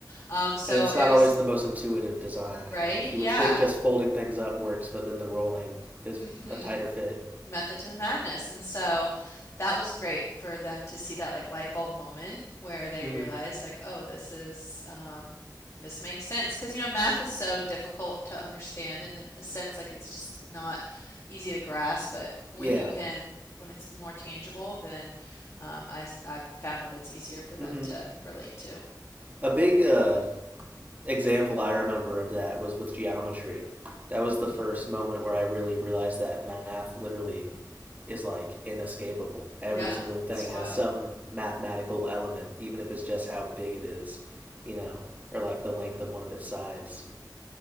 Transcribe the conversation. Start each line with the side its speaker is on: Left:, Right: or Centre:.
Left: Um, so
Right: And it's
Left: it
Right: not always
Left: was.
Right: the most intuitive design.
Left: Right?
Right: Like,
Left: Yeah.
Right: you would think just folding things up works, but then the rolling is
Left: hmm
Right: a tighter fit.
Left: Method to the madness. And so that was great for them to see that like light bulb moment where they
Right: Mm
Left: realize
Right: hmm.
Left: like, oh, this is um this makes sense. Because you know, math is so difficult to understand in a sense, like it's just not easy to grasp, but when
Right: Yeah.
Left: you can when it's more tangible, then um, I, I've found that it's easier for them
Right: Mm-hmm.
Left: to relate to.
Right: A big uh, example I remember of that was with geometry. That was
Left: hmm
Right: the first moment where I really realized that math literally is like inescapable. Every
Left: Yeah,
Right: single thing
Left: that's wild.
Right: has some mathematical element, even if it's just how big it is, you know, or like the length of one of its sides.